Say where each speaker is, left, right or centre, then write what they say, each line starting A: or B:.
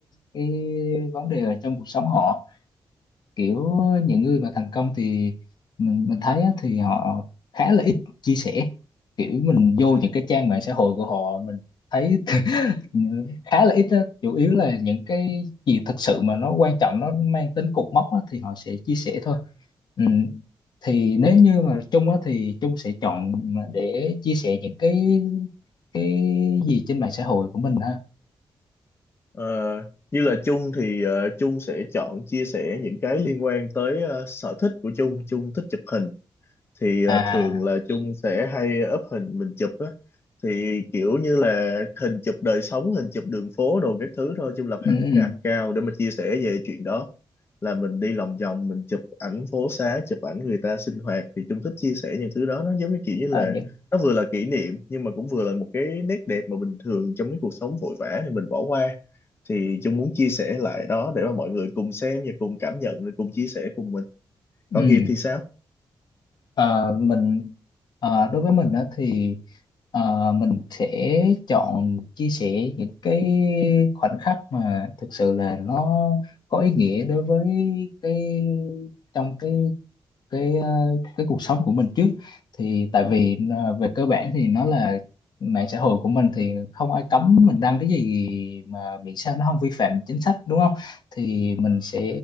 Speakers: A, on the left; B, on the left.
A: cái vấn đề ở trong cuộc sống họ kiểu ờ, những người mà thành công thì mình mình thấy á, thì họ khá là ít chia sẻ kiểu mình vô
B: Ừ.
A: những cái trang mạng xã hội của họ mình thấy <laughs> khá là ít á. chủ yếu là những cái gì thật sự mà nó quan trọng nó mang tính cột mốc á, thì họ sẽ chia sẻ thôi ừ. thì nếu như mà Trung á, thì Trung sẽ chọn mà để chia sẻ những cái cái gì trên mạng xã hội của mình ha
B: Ờ, như là Chung thì ờ, Chung sẽ chọn chia sẻ những cái liên quan tới ờ, sở thích của Chung. Chung thích chụp hình thì
A: à
B: ờ, thường là Chung sẽ hay up hình mình chụp á. Thì kiểu như là hình chụp đời sống, hình chụp đường phố đồ các thứ thôi. Chung lập hẳn
A: ừ,
B: một
A: ừ.
B: cái account để mà chia sẻ về chuyện đó. Là mình đi lòng vòng, mình chụp ảnh phố xá, chụp ảnh người ta sinh hoạt. Thì Chung thích chia sẻ những thứ đó. Nó giống như kiểu như là
A: à, những,
B: nó vừa là kỷ niệm nhưng mà cũng vừa là một cái nét đẹp mà bình thường trong cái cuộc sống vội vã thì mình bỏ qua thì Dung muốn chia sẻ lại đó để mà mọi người cùng xem và cùng cảm nhận rồi cùng chia sẻ cùng mình
A: ừ.
B: còn Hiệp thì sao
A: Ờ, mình ờ, đối với mình á thì ờ, mình sẽ chọn chia sẻ những cái khoảnh khắc mà thực sự là nó có ý nghĩa đối với cái trong cái cái ờ, cái cuộc sống của mình trước thì tại vì ờ, về cơ bản thì nó là mạng xã hội của mình thì không ai cấm mình đăng cái gì mà miễn sao nó không vi phạm chính sách đúng không thì mình sẽ